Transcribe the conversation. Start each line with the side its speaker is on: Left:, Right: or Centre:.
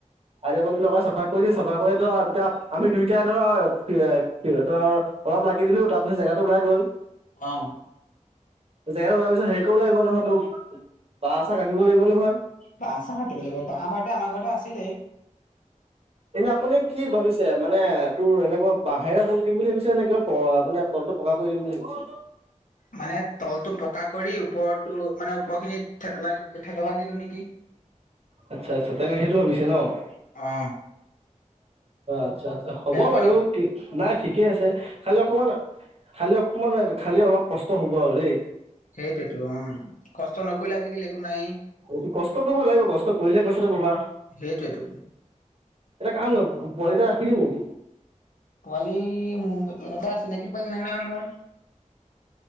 Right: হাজিৰা মানুহটো লগাই চাফা কৰি দি চাফা কৰি ধ তেতিয়া আমি দুইটাই ধৰ <unintelligible> ত' অলপ লাগি দিলো তাৰ পিছত জেগাটো ওলাই গ'ল।
Left: অ'।
Right: জেগাটো ওলোৱাৰ পিছত হেৰি কৰিব লাগিব নহয় তোক, বাঁহ চাহ কাটিব লাগিব নহয়।
Left: বাঁহ চাহ কাটিব লাগিব, বাঁহ বাৰুতে আমাৰ ঘৰতে আছিলেই।
Right: এনে আপুনি কি ভাবিছে মানে তোৰ এনেকুৱা বাঁহেৰে দিম বুলি ভাবিছে নে কিবা প মানে তলটো পকা কৰি দিম বুলি ভাবিছে।
Left: মানে তলটো পকা কৰি ওপৰটো মানে ওপৰখিনি থেতেলা দি দিওঁ নেকি।
Right: আচ্ছা আচ্ছা তেনে সেইটো ভাবিছে ন! অ'
Left: অ
Right: আচ্ছা আচ্ছা হ'ব
Left: বেয়া
Right: বাৰু
Left: নেকি
Right: কি নাই ঠিকেই আছে, খালি অকমান খালি অকমান খালি অলপ কষ্ট হ'ব আৰু দেই।
Left: সেইটোৱেইটো অ' কষ্ট নকৰিলে আজিকালি একো নাইয়ে।
Right: এইটো কষ্ট কৰিব লাগিব, কষ্ট কৰিলেহে পইচাটো পাবা।
Left: সেইটোৱেতো
Right: এটা কাম কৰিম পো পোৱালি এটা ৰাখি দিম নেকি?
Left: পোৱালী, মো তেনেকুৱা চিনাকি পোৱালী নাই নহয় মোৰ।